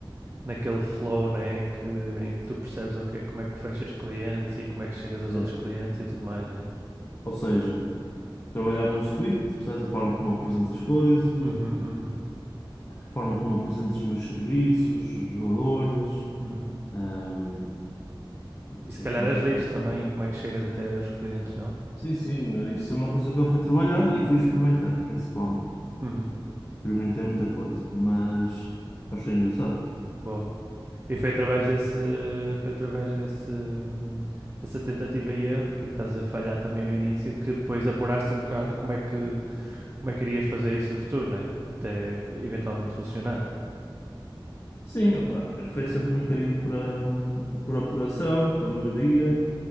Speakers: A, on the right; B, on the left.
A: naquele flow né, em, que, em que tu percebes ok, como é que fechas clientes e como é que chegas aos
B: Yeah.
A: outros clientes e tudo mais, né?
B: Ou seja, trabalhar o meu script, percebes a forma como apresento as coisas,
A: Uhum, uhum,
B: a forma como apresento os meus serviços, os valores,
A: uhum.
B: ahm, não sei,
A: E se calhar
B: lá, tanta
A: as leads
B: coisa.
A: também e como é que chegas até aos clientes, não?
B: Sim, sim, isso é uma coisa que eu fui trabalhando e fui experimentando, principalmente.
A: Uhum.
B: Experimentei
A: bo-
B: muita coisa, mas, mas foi engraçado.
A: Boa. E foi através desse, foi através desse, hum, dessa tentativa e erro e estás a falhar também no início que depois apuraste um bocado como é que, como é que irias fazer isso no futuro, né? Até eventualmente funcionar.
B: Sim, opá, foi sempre um bocadinho por, hum, por apuração, para melhoria.